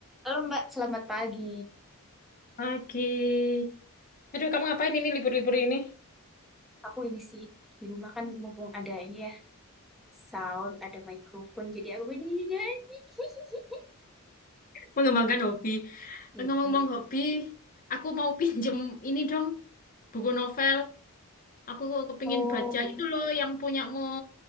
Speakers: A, in the centre; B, on the left (about 40°).
A: Halo Mbak, selamat pagi.
B: Pagi. Aduh, kamu ngapain ini libur-libur ini?
A: Aku ini sih di rumah kan mumpung ada ini ya sound, ada microphone, jadi aku ini nyanyi. <laughs>
B: Mengembangkan hobi.
A: Gitu.
B: Ngomong-ngomong hobi, aku mau pinjem ini dong, buku novel. Aku kepingin
A: Oh,
B: baca itu loh yang punyamu